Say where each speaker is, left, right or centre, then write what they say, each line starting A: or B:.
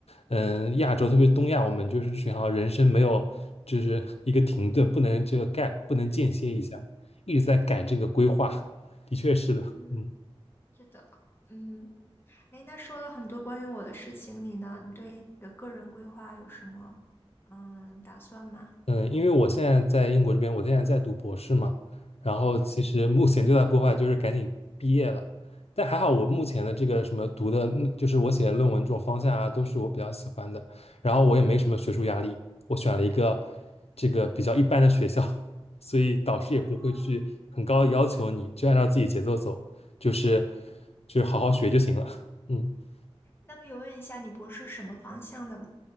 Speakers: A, on the left; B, on the left.
A: 嗯亚洲，特别是东亚，我们就是这群好像人生没有就是一个停顿，不能这个 gap，不能间歇一下，一直在赶这个规划，的确是的，
B: 嗯，
A: 嗯。
B: 是的，嗯，诶，那说了很多关于我的事情，你呢？你对你的个人规划有什么嗯打算吗？
A: 嗯，因为我现在在英国这边，我现在在读博士嘛，然后其实目前最大的规划就是赶紧毕业了。
B: 嗯
A: 但还好，我目前的这个什么读的，嗯就是我写的论文这种方向啊，都是我比较喜欢的。然后我也没什么学术压力，
B: 嗯，
A: 我选了一个这个比较一般的学校，<laughs> 所以导师也不会去很高的要求你，
B: 哦，
A: 就按照自己节奏走，就是就是好好学就行了。<laughs> 嗯。
B: 那可以问一下你博士什么方向的吗？